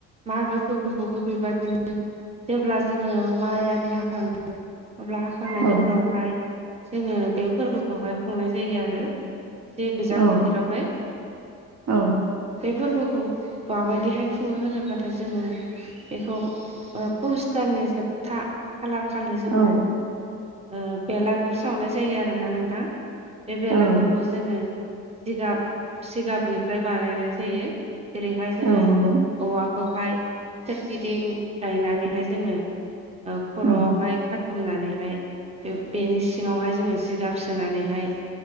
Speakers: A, on the right (about 20°); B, on the right (about 65°).
A: मागो फोरबोखौबो बेबादिनो जेब्ला जोङो माइ आरि हाखांनानै अब्ला हाखांनायनि
B: औ
A: उनावहाय जोङो बे फोरबोखौहाय खुंनाय जायो आरो। जे गोजां
B: औ
A: बोथोरावहाय
B: औ
A: बे फोरबोखौ माबायदिहाय खुङो होनोब्लाथाय जोङो बेखौ ओ पुस दाननि जोबथा खालार खालि जोङो
B: औ
A: ओ बेलागुर सावनाय जायो आरोना नोंथां। बे बेलागुरखौ
B: औ
A: जोङो जिगाब-सिगाबनिफ्राय बानायनाय जायो। जेरैहाय जोङो
B: औ नंगौ
A: औवाखौहाय सोरगिदिं गायनानैहाय जोङो ओ खर'आवहाय
B: औ
A: खा थुमनानैहाय बेनि सिङावहाय जोङो जिगाब सोनानैहाय